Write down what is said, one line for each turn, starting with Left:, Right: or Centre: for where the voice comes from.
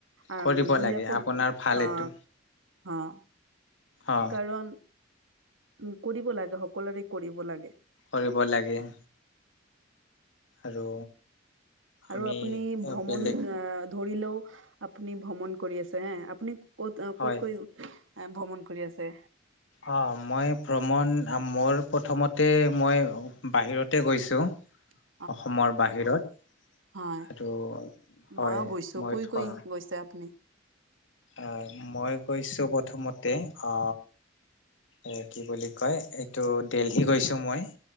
Right: আম
Left: কৰিব
Right: নিৰাপদ
Left: লাগে আপোনাৰ ভাল
Right: অহ
Left: এইটো
Right: অ
Left: অ
Right: কাৰণ উ কৰিব লাগে সকলোৰে কৰিব লাগে।
Left: কৰিব লাগে। আৰু
Right: আৰু
Left: আমি
Right: আপোনি ভ্ৰমণ
Left: বেলেগ
Right: আহ ধৰিলেও আপুনি ভ্ৰমণ কৰি আছে হা আপুনি ক'ত
Left: হয়
Right: ক'তকৈ ভ্ৰমণ কৰি আছে।
Left: অ মই ভ্ৰমণ মোৰ প্ৰথমতে মই বাহিৰতে গৈছোঁ।
Right: <unintelligible>
Left: অসমৰ বাহিৰত।
Right: হয়,
Left: আৰু হয়
Right: ময়ো গৈছোঁ
Left: মই
Right: কৈ
Left: থ
Right: কৈ গৈছে আপুনি?
Left: হয় মই গৈছোঁ প্ৰথমতে আ এ কি বুলি কয় এইটো দেলহি গৈছো মই।